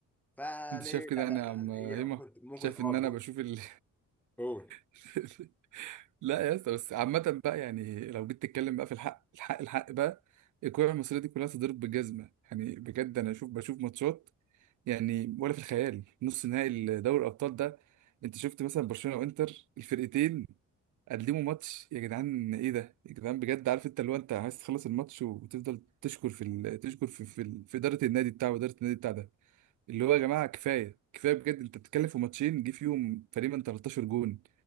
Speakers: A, in the centre; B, on the right (about 80°).
A: فيعني
B: انت شايف
A: لا
B: كده
A: لا
B: انا
A: لا
B: يا عم
A: لا،
B: هيما
A: هي ممكن ممكن
B: شايف
A: اه
B: ان انا
A: تقول
B: بشوف ال...
A: قول
B: <laughs> لا يا اسطى بس عامة بقى يعني لو جيت تتكلم بقى في الحق الحق الحق بقى الكورة المصرية دي كلها تضرب بالجزمة يعني بجد أنا أشوف بشوف ماتشات يعني ولا في الخيال نص نهائي دوري الأبطال ده أنت شفت مثلا برشلونة وإنتر الفرقتين قدموا ماتش يا جدعان إيه ده يا جدعان بجد عارف أنت اللي هو أنت عايز تخلص الماتش وتفضل تشكر في ال... تشكر في في, ال... في إدارة النادي بتاعه وإدارة النادي بتاع ده اللي هو يا جماعه كفايه كفايه بجد انت بتتكلم في ماتشين جه فيهم تقريبا 13 جون